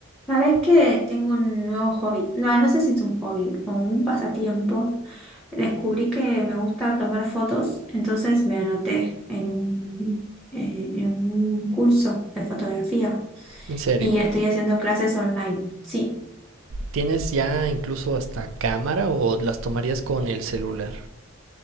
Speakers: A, in the centre; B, on the right (about 60°).
A: ¿Sabes que tengo un nuevo hobby? No, no sé si es un hobby o un pasatiempo. Descubrí que me gusta tomar fotos, entonces me anoté en un, eh, en un curso de fotografía
B: ¿En serio?
A: y estoy haciendo clases online, sí.
B: ¿Tienes ya incluso hasta cámara o las tomarías con el celular?